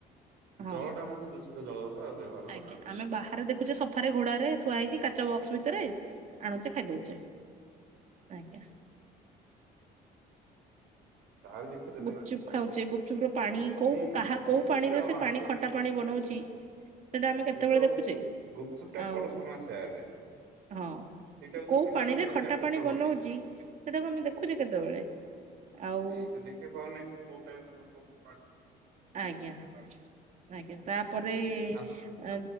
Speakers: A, on the right (about 45°); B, on the right (about 85°).
A: ହଁ
B: ଜଳ ଟା ମଧ୍ୟ ଦୂଷିତ ଜଳ ବା ବ୍ୟବହାର କରିବେ
A: ଆଜ୍ଞା, ଆମେ ବାହାରେ ଦେଖୁଛେ ସଫାରେ ଘୋଡାରେ ଥୁଆ ହେଇଛି କାଚ ବକ୍ସ ଭିତରେ ଆଣୁଛେ ଖାଇଦଉଛେ, ଆଜ୍ଞା।
B: ବାହାରେ ଦେଖିଦେଲେ
A: ଗୁପଚୁପ୍ ଖାଉଚେ ଗୁପ୍ <unintelligible> ପାଣି କୋଉ
B: ହୁଁ
A: କାହା କୋଉ
B: ଗୁପଚୁପ୍
A: ପାଣିରେ
B: ଟା ହଁ
A: ସେ ପାଣି
B: ସେଇ
A: ଖଟା ପାଣି ବନଉଚି? ସେଟା ଆମେ କେତେବେଳେ
B: ସେ ତ
A: ଦେଖୁଛେ,
B: ଗୁପଚୁପ୍ ଟା
A: ଆଉ
B: ବଡ ସମସ୍ୟା ଏବେ
A: ହଁ
B: ସେଇଟାକୁ
A: ସେ
B: ତ
A: କୋଉ
B: ପିଲାମାନେ
A: ପାଣିରେ
B: ବେଶୀ
A: ଖଟା
B: ଆକୃଷ୍ଟ
A: ପାଣି ବନଉଚି
B: ହୁଅନ୍ତି।
A: ସେଟାକୁ ଆମେ ଦେଖୁଛେ କେତେବେଳେ? ଆଉ
B: ଏଇ ତ ଦେଖିବା ପାଓନେ କୋଉ ଟାଇପ୍ ର କ
A: ଆଜ୍ଞା, ଆଜ୍ଞା, ତାପରେ
B: ଆଉ
A: ଆ